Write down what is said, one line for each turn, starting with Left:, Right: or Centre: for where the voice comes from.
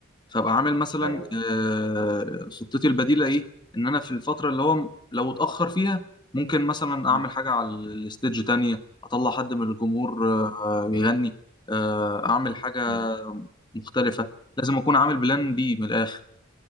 Left: فابقى عامل مثلا
Right: ايوه
Left: آه، خطتي البديله ايه ان انا في الفتره اللي هو م- لو اتاخر فيها ممكن مثلا
Right: امم
Left: اعمل حاجه على الستيج تانية اطلع حد من الجمهور آه، يغني آه، اعمل حاجه
Right: امم
Left: مختلفه لازم اكون عامل بلان بي من الاخر